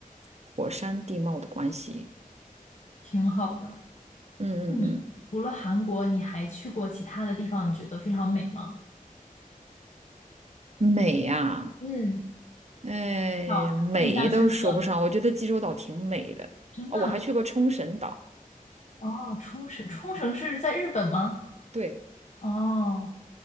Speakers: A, on the right (about 50°); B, on the left (about 55°).
A: 火山地貌的关系。
B: 挺好的。
A: 嗯嗯
B: 那你除了韩国，你还去过其他的地方？你觉得非常美吗？
A: 嗯，美呀、
B: 嗯，
A: 哎，
B: 漂亮，
A: 美都说不上，
B: 印象深刻。
A: 我觉得济州岛挺美的。
B: 真的啊
A: 哦，我还去过冲绳岛，
B: 哦，冲绳，冲绳是在日本吗？
A: 对，
B: 哦，